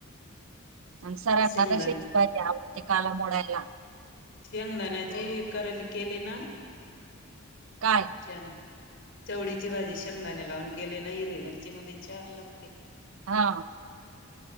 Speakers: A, on the right; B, on the left.
A: आणि सरांना
B: शेंगदाण
A: रशाची बाज वती काला मोडायला
B: शेंगदाण्याची करल केले ना
A: काय
B: केन चवळीची भाजी शेंगदाने लावून केले ना हिरवी मिरची मध्ये छान लागते
A: हा